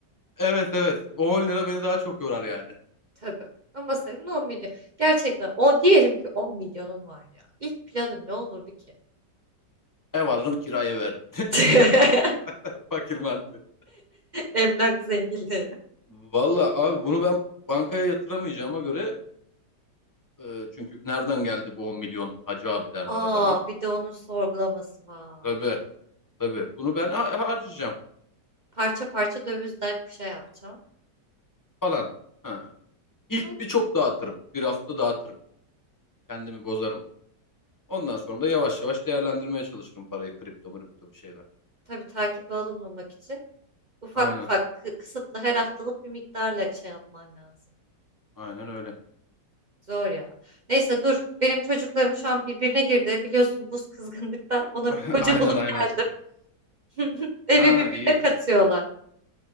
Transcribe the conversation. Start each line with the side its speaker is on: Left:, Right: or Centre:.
Left: Evet evet. O 10 lira beni daha çok yorar yani.
Right: Tabii. Ama senin 10 milyon. Gerçekten o diyelim ki 10 milyonun var ya. İlk planın ne olurdu ki?
Left: Ev alırım kiraya veririm.
Right: <laughs>
Left: <laughs> Fakir mantığı.
Right: Emlak zenginliği.
Left: Valla abi bunu ben bankaya yatıramayacağıma göre e, çünkü nereden geldi bu 10 milyon hacı abi derler
Right: Aa,
Left: adama.
Right: bir de onun sorgulaması var.
Left: Tabii tabii bunu ben ha- harcayacağım
Right: Parça parça dövizden kuşa yapacağım.
Left: falan. Ha. İlk
Right: Mantıklı.
Left: bir çok dağıtırım. Bir hafta dağıtırım. Kendimi bozarım. Ondan sonra da yavaş yavaş değerlendirmeye çalışırım parayı. Kripto mripto bir şeyler.
Right: Tabii takibe alınmamak için ufak
Left: Aynen
Right: ufak kı- kısıtlı her haftalık bir miktarla şey yapman lazım.
Left: aynen öyle.
Right: Zor ya. Neyse dur. Benim çocuklarım şu an birbirine girdi. Biliyorsun buz kızgınlıkta. Ona
Left: <laughs>
Right: bir koca
Left: Aynen
Right: bulup
Left: aynen.
Right: geldim. <laughs> Evi
Left: Aa
Right: birbirine
Left: iyi.
Right: katıyorlar.